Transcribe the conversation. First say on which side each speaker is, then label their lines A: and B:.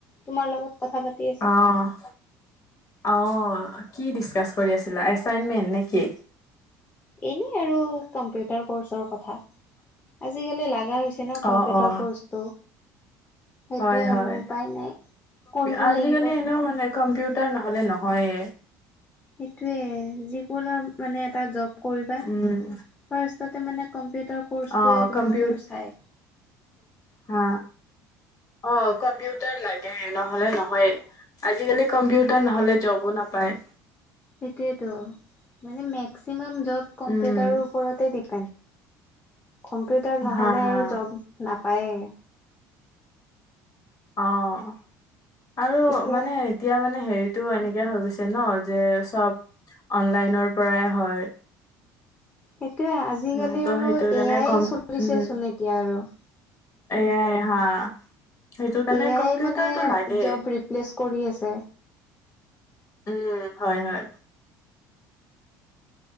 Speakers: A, on the left (about 20°); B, on the left (about 40°).
A: তোমাৰ লগত কথা পাতি। আছো।
B: অ' অ' কি ডিচকাছ কৰি আছিলা এছাইনমেণ্ট নেকি?
A: এনেই আৰু কম্পিউটাৰ কৰ্চৰ কথা আজিকালি লগা হৈছে। <unintelligible> কম্পিউটাৰ
B: অ অ
A: ক'ৰ্চটো সেইটোৱে
B: হয় হয়।
A: আৰু উপায় নাই। কৰিবই
B: আজিকালি
A: লাগিব
B: এনেও মানে কম্পিউটাৰ কৰ্চটো। কম্পিউটাৰ নহ'লে নহয়ে।
A: সেইটোৱে যিকোনো মানে এটা জব কৰিবা।
B: উম
A: ফাৰ্ষ্টতটে মানে কম্পিউটাৰ কৰ্ষ্টটোৱে
B: অ
A: তোমাক
B: কম্পিউটাৰ
A: বাৰু চায়।
B: হা অ' কম্পিউটাৰ লাগে নহ'লে নহয়ে। আজিকালি কম্পিউটাৰ নহলে জবো নাপায়।
A: সেইটোৱেতো মানে মেক্সিমাম জব কম্পিউটাৰৰ
B: উম,
A: ওপৰতে ডিপেণ্ড। কম্পিউটাৰ নহ'লে
B: হা হা
A: আৰু জব নাপায়ে।
B: অ' আৰু
A: এতিয়া
B: মানে। এতিয়া মানে হেৰিতটো এনেকে হৈ গৈছে ন' যে চব অনলাইনৰ পৰাই হয়।
A: সেইটোয়ে আজিকালি
B: উম, ত'
A: আৰু
B: সেইটো কাৰণে
A: এয়াই
B: কম
A: চলিছেচোন
B: উম,
A: এতিয়া আৰু।
B: এয়াই হা। সেইটো কাৰণে
A: এ আই
B: কম্পিউটাৰটো
A: মানে
B: লাগে।
A: জব ৰিপ্লেচ কৰি আছে।
B: উম হয় -হয়